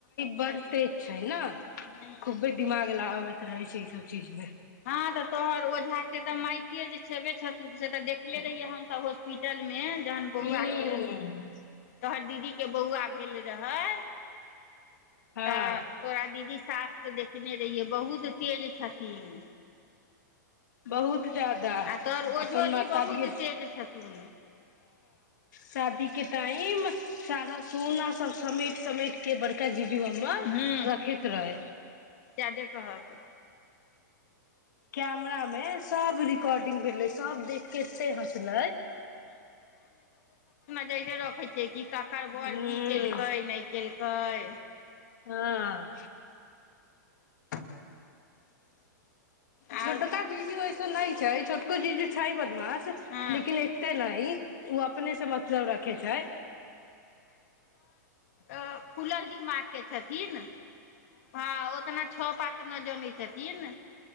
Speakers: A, on the left; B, on the left.
A: पर तेज छै ने
B: हूँ हूँ
A: खूबे दिमाग लगाब कर रहै छै ई सब चीजमे
B: हँ तऽ तोहर ओझाके तऽ माइते जे छेबे छ से तऽ देखले रहियै हमस हॉस्पिटलमे जहन बौआ
A: हूँ
B: के तोहर दीदी के बौआ भेल रहै
A: हँ
B: तऽ तोरा दीदी साफ के देखने रहियै बहुत तेज छथिन
A: बहुत जादाा
B: आ तोहर ओझोजी
A: अपन मातारी
B: बहुत
A: ह
B: तेज छथुन
A: शादी के तहिमे सारा सोना सब समेट समेट के बड़का ज इ बम्बा मे
B: हूँ
A: रखैत रहै
B: सएह देखहक
A: कैमरा मे सब रिकॉर्डिंग भेले सब देख केे हँसल
B: तेय जे रखै छै कि ककरबर
A: हूँ
B: की केलकै नहि केलकै
A: हाँ <unintelligible> छोटका
B: आर
A: जीजू एस नहि छै छोटको जीजू छाय बदमास वास
B: हँ
A: लेकिन एते नहि ओ अपने से मतलब रख के छै
B: अ फुलल दिमाग के छथिन हँ ओतना छओ पाँच ना जनै छथिन